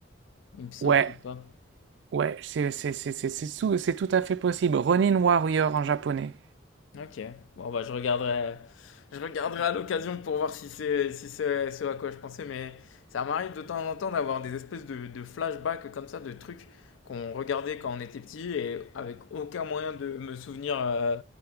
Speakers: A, on the left; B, on the right.
A: Il me semble
B: Ouais,
A: pas.
B: ouais, c'est c'est c'est c'est c'est tout, c'est tout à fait possible. Ronin Warrior en japonais.
A: Ok. Bon, bah, je regarderai, je regarderai à l'occasion pour voir si c'est si c'est ce à quoi je pensais. Mais ça m'arrive de temps en temps d'avoir des espèces de, de flashbacks comme ça, de trucs qu'on regardait quand on était petit et avec aucun moyen de me souvenir euh,